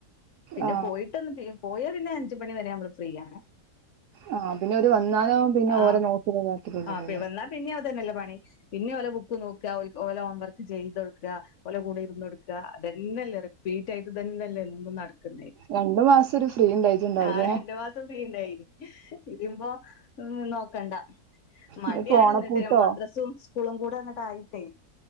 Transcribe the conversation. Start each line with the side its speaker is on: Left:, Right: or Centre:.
Left: പിന്നെ
Right: ആ
Left: പോയിട്ടൊന്ന് പി പോയാപിന്നെ അഞ്ച് മണി വരെ നമ്മള് ഫ്രീയാണ്
Right: ആ പിന്നെ ഒരു വന്നാലും പിന്നെ
Left: ആഹ്
Right: ഓരോ നോക്കിലാക്കിട്ടുള്ളൂല്ലേ
Left: ആപ്പീ വന്നാ പിന്നെ അതന്നല്ലേ പണി. പിന്നെ ഓലെ ബുക്ക് നോക്ക്വാ, ഓല ഹോം വർക്ക് ചെയ്തൊട്ക്ക്വാ ഓലെ കൂടെ ഇര്ന്നൊട്ക്ക്വാ. അതന്നെയല്ലേ റിപ്പീറ്റായിട്ട് ഇതന്നല്ലേ എന്നും നടക് ക്ക്ന്നെ.
Right: രണ്ടു മാസം ഒരു ഫ്രീ ഉണ്ടായിട്ടുണ്ടാവൂലേ
Left: ആ രണ്ട് മാസം ഇണ്ടായിന്. ഇതിപ്പോ നോക്കണ്ട മടിയാണ്
Right: ഇനിയിപ്പോ ഓണപ്പൂട്ടോ
Left: എന്നിട്ട്. മദ്രസും സ്കൂളും കൂടങ്ങിട്ടായിട്ടേ.